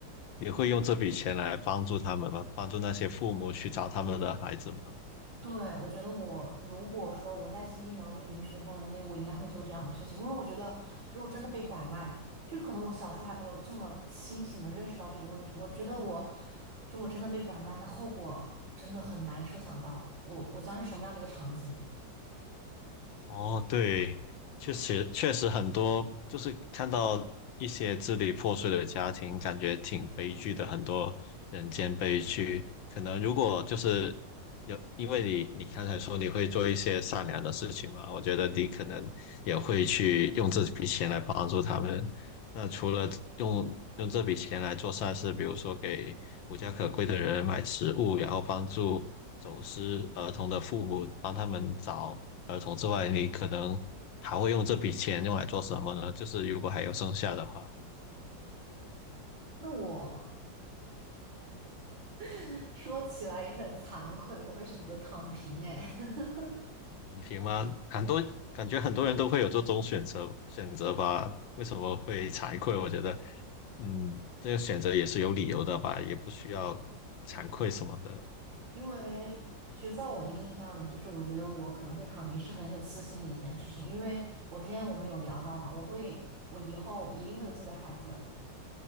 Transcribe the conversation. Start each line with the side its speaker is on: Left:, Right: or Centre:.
Left: 你会用这笔钱来帮助他们吗？帮助那些父母去找他们的孩子吗？
Right: 对，我觉得我如果说我在经济能力允许的范围内，我应该会做这样的事情，因为我觉得如果真的被拐卖，就是可能我小时候还没有这么清醒的认识到这个问题。我觉得我如果真的被拐卖，那后果真的很难设想到，我我将是什么样的一个场景。
Left: 哦，对，确实确实很多，就是看到一些支离破碎的家庭，感觉挺悲剧的，很多人间悲剧。可能如果就是有，因为你你刚才说你会做一些善良的事情嘛，我觉得你可能也会去用这笔钱来帮助他们。那除了用用这笔钱来做善事，比如说给无家可归的人买食物，然后帮助走失儿童的父母，帮他们找。儿童之外，你可能还会用这笔钱用来做什么呢？就是如果还有剩下的话，
Right: 那我 <laughs> 说起来也很惭愧，我会选择躺平，哎。<laughs>
Left: 影平吗？很多感觉很多人都会有这种选择选择吧？为什么会惭愧？我觉得，嗯，这个选择也是有理由的吧，也不需要惭愧什么的。
Right: 因为其实在我的印象里，就是我觉得我可能会躺平是很有私心的一件事情，因为我之前我们有聊到嘛，我会我以后一定会有自己的孩子。